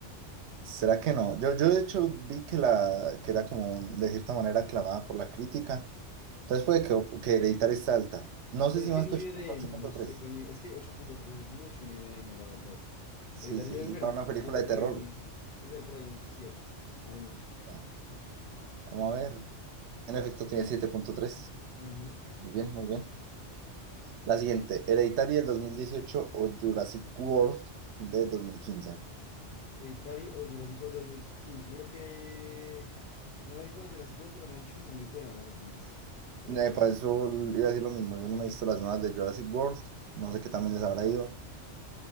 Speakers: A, on the right (about 70°); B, on the left (about 60°).
A: ¿Será que no? Yo, yo de hecho vi que, la, que era como de cierta manera aclamada por la crítica. Entonces puede que, que Hereditary está alta. No sé
B: Pero
A: si
B: es que
A: más
B: en
A: que
B: I
A: ocho
B: B D
A: ocho
B: m,
A: punto
B: no sé,
A: tres.
B: con IBDM, es que ocho punto tres es mucho en I B D m, la verdad.
A: Sí,
B: Hereditario
A: sí,
B: yo digo
A: y
B: que
A: para
B: no.
A: una película
B: Yo te
A: de
B: por
A: terror.
B: ahí un, yo te por ahí un 7 a lo mucho.
A: Bueno, vamos a ver. En efecto, tiene siete punto tres
B: Ujú.
A: Muy bien, muy bien. La siguiente, Hereditary del 2018 o Jurassic World de dos mil quince
B: Hereditario o Jurassic World dos mil quince Yo creo que no he visto Jurassic World, pero me han dicho que están muy buenas las últimas, de
A: Eh,
B: hecho.
A: para eso iba a decir lo mismo. Yo no me he visto las nuevas de Jurassic World. No sé qué también les habrá ido.